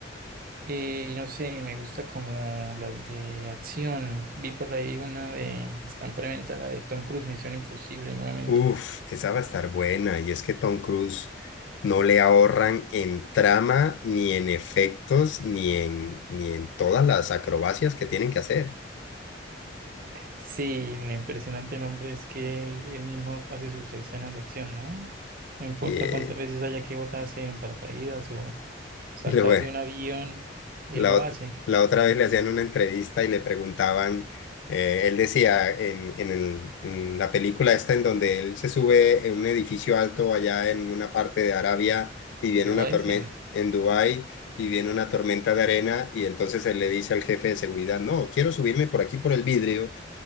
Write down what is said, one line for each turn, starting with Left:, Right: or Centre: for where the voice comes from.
Right: Eh, no sé, me gusta como las de acción. Vi por ahí una de, está en preventa, la de Tom Cruise, Misión Imposible nuevamente.
Left: Uf, esa va a estar buena. Y es que Tom Cruise no le ahorran en trama, ni en efectos, ni en, ni en todas las acrobacias que tienen que hacer.
Right: Sí, lo impresionante del hombre es que él, él mismo hace sus escenas de acción, ¿no? No importa
Left: Y, eh,
Right: cuántas veces haya que botarse en paracaídas o saltar
Left: y luego,
Right: de un avión, él
Left: La,
Right: lo
Left: ot-
Right: hace.
Left: la otra vez le hacían una entrevista y le preguntaban, eh, él decía en, en, el- en la película esta en donde él se sube en un edificio alto allá en una parte de Arabia y viene
Right: Dubái,
Left: una tormenta
Right: sí.
Left: en Dubái y viene una tormenta de arena y entonces él le dice al jefe de seguridad, no, quiero subirme por aquí por el vidrio